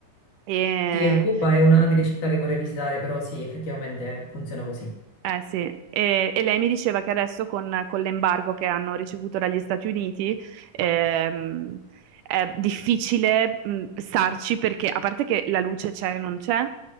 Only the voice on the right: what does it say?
E,
eh, sì. E- e lei mi diceva che adesso con, con l'embargo che hanno ricevuto dagli Stati Uniti ehm, è difficile mh, starci perché, a parte che la luce c'è e non c'è,